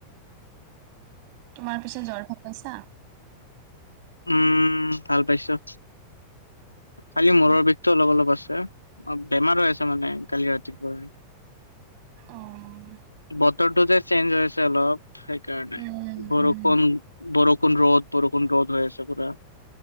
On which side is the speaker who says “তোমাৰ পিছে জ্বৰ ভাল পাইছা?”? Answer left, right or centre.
Right